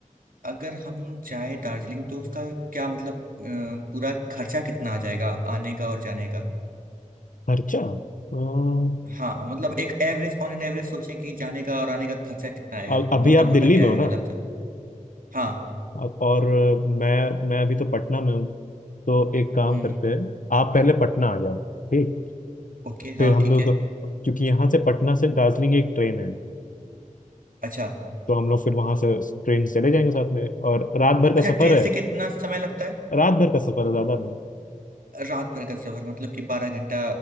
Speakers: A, on the right (about 85°); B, on the left (about 70°).
A: अगर हम जाए दार्जिलिंग तो उसका क्या मतलब अ, पूरा खर्चा कितना आ जाएगा आने का और जाने का
B: खर्चा अम,
A: हाँ मतलब एक एवरेज ऑन एन एवरेज सोचें कि जाने का और आने का खर्चा कितना आएगा
B: अ- अभी
A: मोटा
B: आप
A: मोटा
B: दिल्ली
A: क्या
B: में हो
A: आएगा
B: ना
A: लमसम हाँ
B: अब- और मैं मैं अभी तो पटना में हूँ तो एक काम
A: हम्म
B: करते हैं आप पहले पटना आ जाओ ठीक
A: ओके
B: फिर
A: हाँ
B: हम
A: ठीक
B: लोग
A: है
B: क्योंकि यहाँ से पटना से दार्जिलिंग एक ट्रेन है
A: अच्छा
B: तो हम लोग फिर वहां से ट्रेन से चले जाएंगे साथ में और रात भर का
A: अच्छा ट्रेन
B: सफर है
A: से कितना समय लगता है
B: रात भर का सफर है ज्यादा नहीं
A: रात भर का सफर मतलब कि बारह घंटा